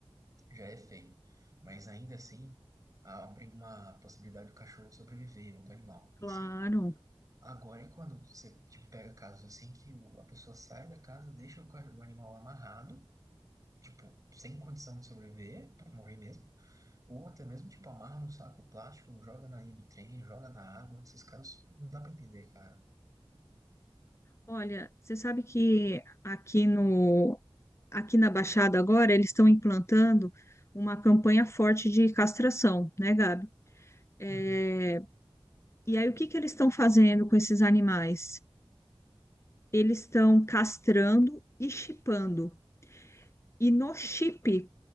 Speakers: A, on the right; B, on the left.
A: já é feio. Mas ainda assim, abre uma possibilidade do cachorro sobreviver, ou do animal
B: Claro.
A: em si. Agora, e quando você, tipo, pega casos assim que o- a pessoa sai da casa, deixa o, ca- o animal amarrado, tipo, sem condição de sobreviver, pra morrer mesmo, ou até mesmo, tipo, amarra num saco plástico, joga na linha do trem, joga na água, esses casos não dá pra entender, cara.
B: Olha, você sabe que aqui no aqui na Baixada agora eles estão implantando uma campanha forte de castração, né, Gabi? É,
A: Uhum.
B: e aí o que que eles estão fazendo com esses animais? Eles estão castrando e chipando. E no chip